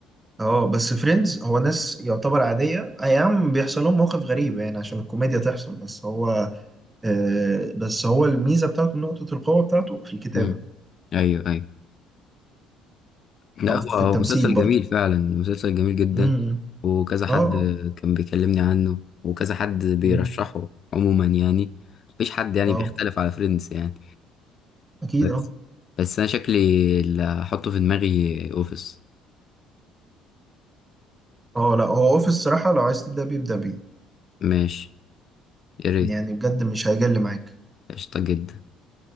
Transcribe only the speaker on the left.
مم، ايوه ايوه لا
هو
هو
مسلسل
جميل فعلا مسلسل جميل جدا
وكذا حد
كان بيكلمني عنه وكذا حد بيرشحه
عموما يعني مفيش حد يعني
بيختلف على فريندز يعني
بس
بس انا شكلي اللي هحطه في دماغي اوفيس
ماشي يا ريت
قشطة جدا